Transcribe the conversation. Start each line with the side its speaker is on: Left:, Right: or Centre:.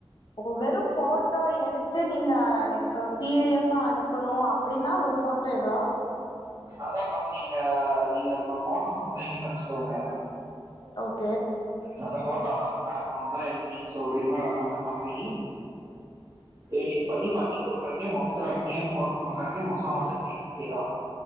Left: வெறு போட்டோ எடுத்து நீங்க லைக் பி டி எஃப்பா அனுப்பணு அப்டின்னா ஒரு போட்டோ எவ்ளோ
Right: அதா மேம் நீங்க நீங்க எனக்கு ஒரு போட்டோ குடுக்கறீங்கனு வெச்சுக்கோங்க
Left: ஓ
Right: நல்ல போ டோவ நாங்க பேக்ரவுண்ட்ல என்ன நீங்க சொல்றீங்ளோ அதெல்லாமே பண்ணி எடிட் பண்ணி பண்ணி குடுக்கறக்கே மொத்தோ ஃப்ரேம் போட்டு குடுக்கறக்கே மொத்தமாவே த்ரீ ஃபிஃப்டிதா